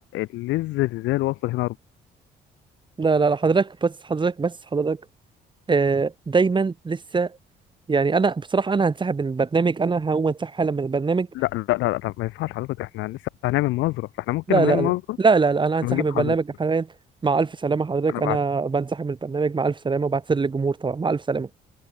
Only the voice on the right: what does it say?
لا لا لا حضرتك بس حضرتك بس حضرتك آه دايما لسه يعني انا بصراحة انا هنسحب من البرنامج انا هقوم انسحب حالا من البرنامج
لا
لا
لا لا لا, لا انا هنسحب
من
البرنامج حاليا مع الف سلامة حضرتك
انا
بنسحب من البرنامج مع الف سلامة وبعتذر للجمهور طبعا مع الف سلامة